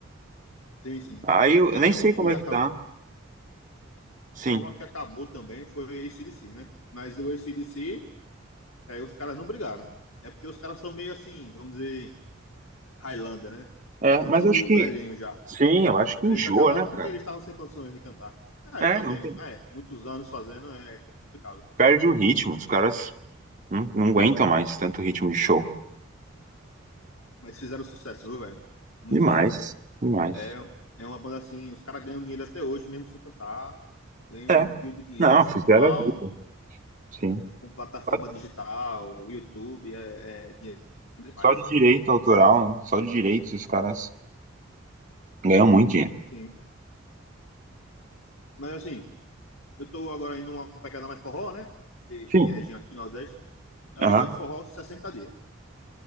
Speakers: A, on the left; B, on the right.
A: Sim, sim.
B: Aí eu,
A: É,
B: eu nem sei
A: uma que
B: como é
A: acabou,
B: que tá. Sim.
A: uma que acabou também foi o AC/DC, né? Mas o AC/DC, é, os caras não brigaram. É porque os caras são meio assim, vamos dizer, Highlander, né?
B: É,
A: São
B: mas
A: tudo
B: acho que.
A: velhinho já.
B: Sim, eu acho que
A: Eles
B: enjoa,
A: acabaram
B: né,
A: porque
B: cara?
A: eles estavam sem condições de cantar. Ah,
B: É,
A: eu também.
B: não tem,
A: Ah, é, muitos anos fazendo é complicado.
B: perde o ritmo. Os caras não, não aguentam mais tanto ritmo de show.
A: Mas fizeram sucesso, viu, velho? Muito
B: Demais,
A: sucesso.
B: demais.
A: É, é uma banda assim, os caras ganham dinheiro até hoje, mesmo sem cantar. Ganham
B: É,
A: um rio de dinheiro,
B: não,
A: assim,
B: fizeram
A: com álbum,
B: a vida. Sim.
A: com plataforma
B: Só
A: digital, YouTube, é, é dinheiro demais.
B: só de direito autoral, né? Só de direitos os caras ganham muito dinheiro.
A: Sim. Mas assim, eu tô agora indo numa pegada mais forró, né? Que
B: Sim.
A: minha região aqui, Nordeste. Meu
B: Aham.
A: amigo, é forró 60 dias.